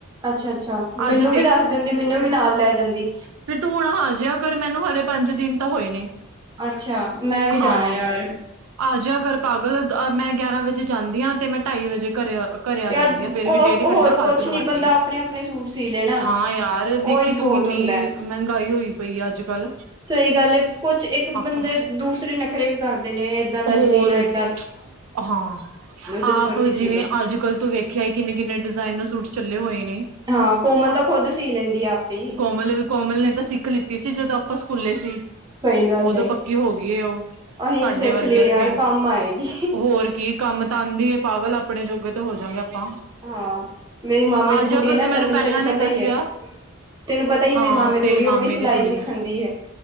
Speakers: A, on the right; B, on the right.
A: ਅੱਛਾ- ਅੱਛਾ ਮੈਨੂੰ
B: ਅੱਜ
A: ਵੀ ਦੱਸ ਦਿੰਦੀ, ਮੈਨੂੰ ਵੀ ਨਾਲ ਲੈ ਜਾਂਦੀ।
B: ਫੇਰ ਤੁੰ ਹੁਣ ਆ ਜੇਆ ਕਰ ਮੈਨੂੰ ਹਾਲੇ ਪੰਜ ਦਿਨ ਤਾਂ ਹੋਏ ਨੇ।
A: ਅੱਛਾ, ਮੈਂ ਵੀ ਜਾਣਾ
B: ਹਾਂ
A: ਯਾਰ।
B: ਆਜਿਆ ਕਰ ਪਾਗਲ, ਮੈਂ ਗਿਆਰਾਂ ਵਜੇ ਜਾਂਦੀ ਹਾਂ। ਤੇ ਮੈਂ ਢਾਈ ਵਜੇ ਘਰੇ- ਘਰੇ ਆ
A: ਯਾਰ
B: ਜਾਂਦੀ ਹਾਂ ਫੇਰ ਵੀ ਡੇਢ
A: ਹੋਰ
B: ਘੰਟਾ ਫਾਲਤੂ
A: ਕੁਛ
B: ਲਵਾਉਂਦੀ
A: ਨੀ ਬੰਦਾ
B: ਆ
A: ਆਪਣੇ- ਆਪਣੇ ਸੂਟ ਸੀ ਲੈ ਨਾ,
B: ਹਾਂ ਯਾਰ
A: ਉਹੀ
B: ਵੇਖੀ
A: ਬਹੁਤ
B: ਤੂੰ ਕਿੰਨੀ
A: ਹੁੰਦਾ ਐ।
B: ਮਹਿੰਗਾਈ ਹੋਈ ਪਈ ਆ ਅੱਜ ਕੱਲ।
A: ਸਹੀ ਗੱਲ ਏ ਕੁਛ ਇੱਕ
B: ਆਪਾਂ
A: ਬੰਦੇ ਦੂਸਰੇ ਨਖਰੇ ਵੀ ਕਰਦੇ ਨੇ ਏਦਾਂ ਦਾ
B: ਹੋਰ
A: ਨੀ ਸੀਣਾ, ਏ-
B: ਹਾਂ ਆਪ
A: ਜਦੋਂ ਮਰਜੀ ਸੀ
B: ਜਿਵੇਂ
A: ਲੋ
B: ਅੱਜ ਕੱਲ ਤੂੰ ਵੇਖਿਆ ਕਿੰਨੇ- ਕਿੰਨੇ ਡਿਜ਼ਾਇਨ ਦਾ ਸੂਟ- ਚੱਲੇ ਹੋਏ ਨੇ।
A: ਹਾਂ ਕੋਮਲ ਤਾਂ ਖੁੱਦ ਸੀ ਲੈਂਦੀ ਆ ਆਪੇ ਹੀ।
B: ਕੋਮਲ ਕੋਮਲ ਨੇ ਤਾਂ ਸਿੱਖ ਲਿੱਤੀ ਸੀ, ਜਦੋਂ ਆਪਾਂ ਸਕੂਲੇ ਸੀ।
A: ਸਹੀ ਗੱਲ
B: ਉਦੋਂ
A: ਏ।
B: ਪੱਕੀ ਹੋ ਗਈ ਏ ਉਹ,
A: ਅਸੀਂ
B: ਸਾਡੇ
A: ਵੀ ਸਿੱਖ
B: ਵਰਗੇ
A: ਲਈਏ
B: ਇੱਥੇ,
A: ਯਾਰ ਕੰਮ ਆਏਗੀ।
B: ਹੋਰ ਕੀ ਕੰਮ ਤਾਂ ਆਦੀ ਏ ਪਾਗਲ, ਆਪਣੇ ਜੋਗੇ ਤੇ ਹੋ ਜਾਂਗੇ ਆਪਾਂ।
A: ਹਾਂ, ਮੇਰੀ ਮਾਮੇ
B: ਆ
A: ਦੀ
B: ਜਿਆ
A: ਕੁੜੀ
B: ਕਰ
A: ਏ ਨਾ
B: ਤੂੰ ਮੈਨੂੰ
A: ਤਨੁ,
B: ਪਹਿਲਾਂ
A: ਤੈਨੂੰ ਪਤਾ
B: ਨੀ ਦੱਸਿਆ
A: ਈ ਐ। ਤੈਨੂੰ ਪਤਾ ਈ ਐ
B: ਹਾਂ
A: ਮੇਰੇ ਮਾਮੇ ਦੀ
B: ਤੇਰੇ
A: ਕੁੜੀ ਐ, ਉਹ
B: ਮਾਮੇ
A: ਵੀ ਸਿਲਾਈ
B: ਦੀ ਕੁੜੀ
A: ਸਿੱਖਣ
B: ਦਾ
A: ਦੀ ਹੈ।